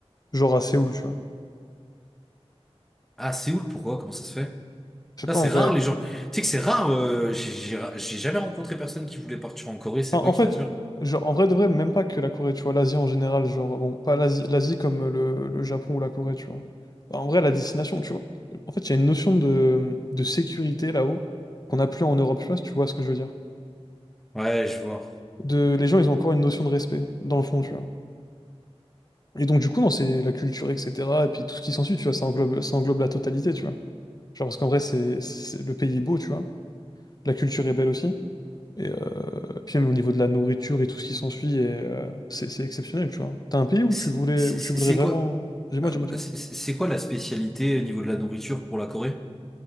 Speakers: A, on the left; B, in the centre.
A: Genre à Séoul, tu vois.
B: À Séoul, pourquoi? Comment ça se fait?
A: Je sais
B: Ça,
A: pas
B: c'est
A: en vrai.
B: rare les gens. Tu sais que c'est rare, euh, j'ai j'ai ra- j'ai jamais rencontré personne qui voulait partir en Corée, c'est
A: Enfin,
B: quoi
A: en
B: qui
A: fait,
B: t'attire?
A: genre, en vrai de vrai, même pas que la Corée, tu vois, l'Asie en général, genre, bon, pas l'Asie, l'Asie comme euh, le, le Japon ou la Corée, tu vois. Bah, en vrai, la destination, tu vois. En fait, il y a une notion de, de sécurité là-haut qu'on n'a plus en Europe, je sais pas si tu vois ce que je veux dire.
B: Ouais, je vois.
A: de les gens ils ont encore une notion de respect dans le fond tu vois et donc du coup non c'est la culture etc et puis tout ce qui s'ensuit tu vois ça englobe ça englobe la totalité tu vois genre parce qu'en vrai c'est c'est- le pays est beau tu vois la culture est belle aussi et euh, puis même au niveau de la nourriture et tout ce qui s'ensuit et, euh, c'est c'est exceptionnel tu vois t'as un pays où
B: C'est
A: tu voulais
B: c'est-
A: où tu voudrais
B: c'est
A: vraiment
B: quoi,
A: dis-moi
B: euh,
A: dis-moi dis-moi
B: c'est c'est quoi la spécialité au niveau de la nourriture pour la Corée?